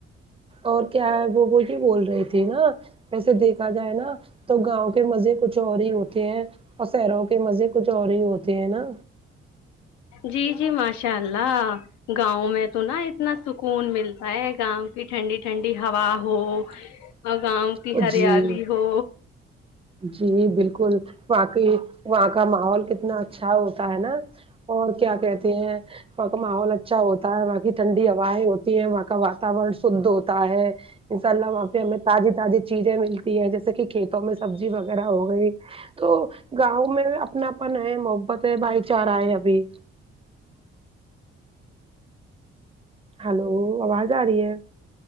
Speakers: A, on the right; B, on the left.
A: اور کیا ہے وہ وہی بول رہی تھی نا ویسے دیکھا جائے نا تو گاؤں کے مزے کچھ اور ہی ہوتے ہیں اور شہروں کے مزے کچھ اور ہی ہوتے ہیں نا
B: جی جی ماشاء اللہ گاؤں میں تو نا اتنا سکون ملتا ہے گاؤں کی ٹھنڈی ٹھنڈی ہوا ہو
A: ہاں
B: اور گاؤں کی ہریالی
A: جی
B: ہو
A: جی بالکل باقی وہاں کا ماحول کتنا اچھا ہوتا ہے نا اور کیا کہتے ہیں وہاں کا ماحول اچھا ہوتا ہے وہاں کی ٹھنڈی ہوائیں ہوتی ہے وہاں کا وور شدھ ہوتا ہے انشاء اللہ وہاں پہ ہمیں تازی تازی چیزیں ملتی ہیں جیسے کہ کھیتوں میں سبزی وغیرہ ہو گئی تو گاؤں میں اپناپن ہے محبت ہے بھائی چارہ ہے ابھی ہلو آواز آ رہی ہے